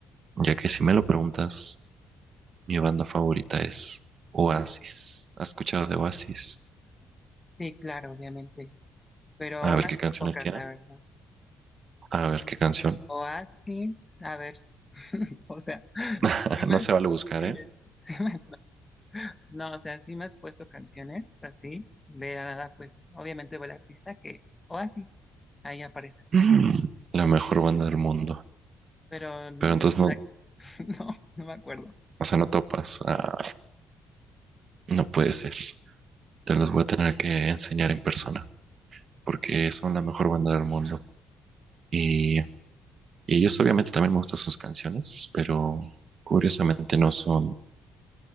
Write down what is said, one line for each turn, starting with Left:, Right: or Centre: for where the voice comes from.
Right: ya que si me lo preguntas, mi banda favorita es Oasis. ¿Has escuchado de Oasis?
Left: sí, claro, obviamente. Pero
Right: A
Left: unas
Right: ver qué canciones
Left: muy pocas,
Right: tienen.
Left: la verdad.
Right: A ver qué canción.
Left: Oasis, a ver. <laughs> O sea,
Right: <laughs>
Left: sí me,
Right: No se vale buscar,
Left: sí
Right: ¿eh?
Left: me, <laughs> sí me- no, no, o sea, sí me has puesto canciones así. De la nada, pues, obviamente fue el artista que Oasis. Ahí aparece.
Right: <laughs> La mejor banda del mundo.
Left: Pero, mm,
Right: Pero entonces
Left: o
Right: no,
Left: sea, <laughs> no, no me acuerdo.
Right: o sea, no topas. Ah, no puede ser. te los voy a tener que enseñar en persona, porque son la mejor banda del mundo. Y, y ellos obviamente también me gustan sus canciones, pero curiosamente no son,